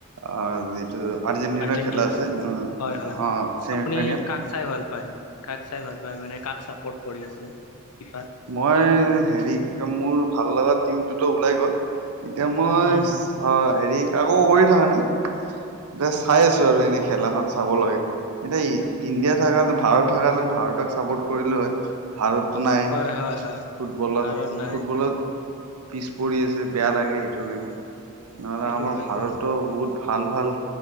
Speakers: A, on the right; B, on the left.
A: অ যিটো - আৰ্জেণ্টিনাৰ
B: আৰ্জেণ্টিনা
A: খেলা আছে অহ
B: হয় হয় হয়
A: অ ছেমি
B: আপুনি
A: ফাইনেল।
B: কাক চাই ভাল পায় কাক চাই ভাল পায় মানে কাক চাপৰ্ট কৰি আছে ফিফাত?
A: মই হেৰি কি কয় মোৰ ভাল লগা টিমটোতো ওলাই গল, এতিয়া মই
B: উম
A: - অ হেৰি আকৌ কৰি থকা নাই, জাচ্ চাই আছো আৰু এনে খেলাখন চাব লাগে। এতিয়া ইণ্ডিয়া থাকা হেতেন ভাৰত থাকা হেতেন ভাৰতক চাপৰ্ট কৰিলে হয় ভাৰতটো নাই।
B: হয় হয়।
A: ফুটবলত,
B: ভাৰত নাই
A: ফুটবলত - পিছ পৰি আছে বেয়া লাগে সেইটো কাৰণে নহ'লে
B: সেইটো
A: আমাৰ
B: হয়
A: ভাৰতো
B: কিন্তু
A: বহুত - ভাল ভাল